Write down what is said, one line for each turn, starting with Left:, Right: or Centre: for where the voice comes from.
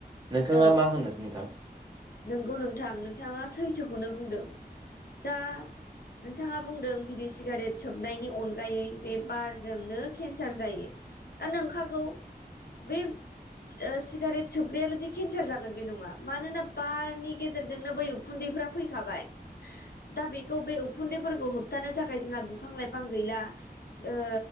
Right: नोंथाङा
Left: औ
Right: मा होनो नोंथां
Left: नंगौ नोंथां नोंथाङा सैथोखौनो बुंदों दा नोंथाङा बुंदों बिदि सिगारेट सोबनायनि अनगायै बे बारजोंनो केन्सार जायो दा नंखागौ बे सिगारेट सोबग्रायाल' दि केन्सार जागोन बे नङा मानोना बारनि गेजेरजोंनो बै उखुन्दैफ्रा फैखाबाय दा बेखौ बे उखुन्दैफोरखौ होब होबथानो थाखाय जोंहा बिफां लाइफां गैला ओ